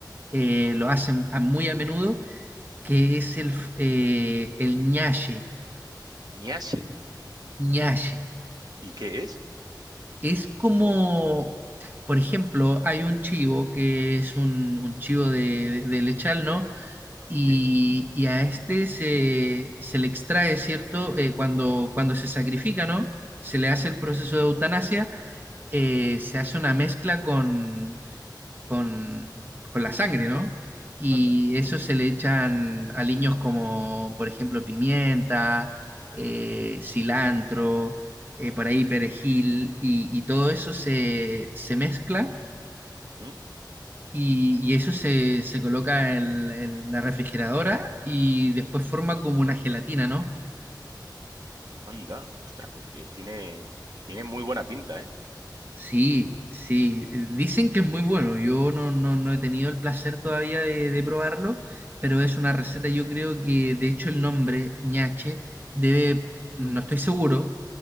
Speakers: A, on the right; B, on the right.
A: eh, lo hacen a- muy a menudo, que es el, f- eh, el ñache,
B: Ñase.
A: ñache.
B: ¿Y qué es?
A: Es como, por ejemplo, hay un chivo que es un, un chivo de, de lechal, ¿no? Y,
B: ¿Sí?
A: y a este se, se le extrae, ¿cierto? Eh, cuando, cuando se sacrifica, ¿no? Se le hace
B: ¿Mm?
A: el proceso de eutanasia, eh, se hace una mezcla con con, con la sangre, ¿no? Y
B: Anda.
A: eso se le echan aliños como, por ejemplo, pimienta, eh, cilantro, eh, por ahí perejil, y, y todo eso se, se mezcla
B: ¿Mm?
A: y, y eso se, se coloca en, en la refrigeradora y después forma como una gelatina, ¿no?
B: Anda. Ostras, pues que tiene, tiene muy buena pinta, ¿eh?
A: Sí, sí, eh, dicen que es muy bueno. Yo no, no, no he tenido el placer todavía de, de probarlo, pero es una
B: ¿Mm?
A: receta, yo creo que de hecho el nombre ñache debe, no estoy seguro,